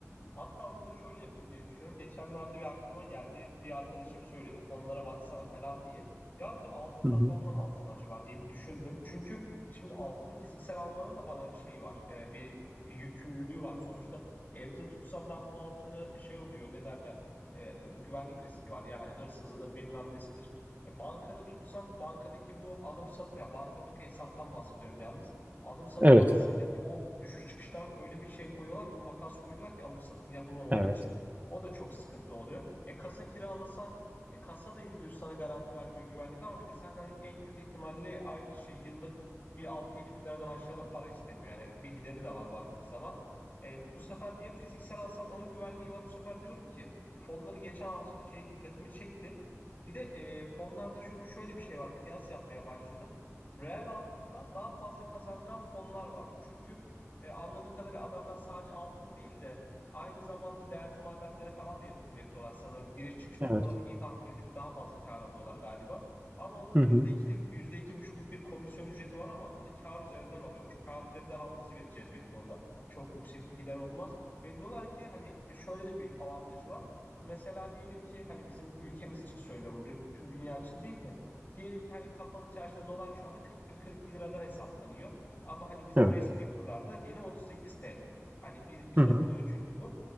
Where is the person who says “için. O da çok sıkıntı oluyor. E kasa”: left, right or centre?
Left